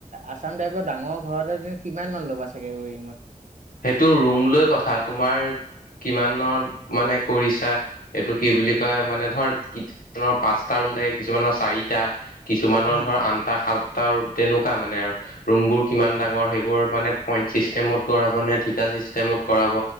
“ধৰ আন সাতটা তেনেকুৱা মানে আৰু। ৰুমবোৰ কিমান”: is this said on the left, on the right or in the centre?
Left